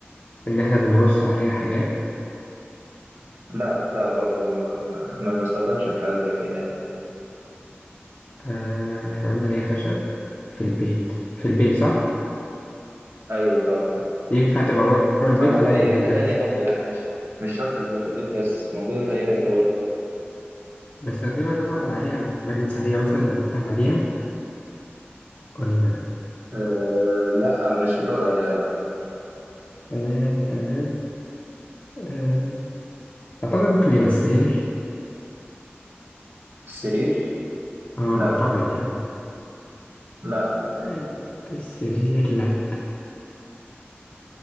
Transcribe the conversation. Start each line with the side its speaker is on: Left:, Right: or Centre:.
Left: إن إحنا بنرص عليها حاجات
Right: لا لا برضه ما ما بنستخدمش في حاجات زي كده يعني.
Left: آه إحنا قلنا هي خشب في البيت في البيت صح؟
Right: ايوه طبعا
Left: ينفع تبقى بره البيت
Right: او
Left: ولا
Right: في اي
Left: هي في البيت
Right: حته
Left: بس؟
Right: تانية برضو يعني مش مش شرط تبقى في البيت بس موجوده في اي حته برضو
Left: بستخدمها إن أنا أقعد عليها بجلس عليها مثلا بفتح عليها قلنا
Right: أه لا مش بتقعد عليها لا
Left: تمام تمام آه، أعتقد ممكن يبقى السرير
Right: السرير
Left: اه
Right: لا
Left: اعتقد يعني
Right: لا لا
Left: آه، السرير لا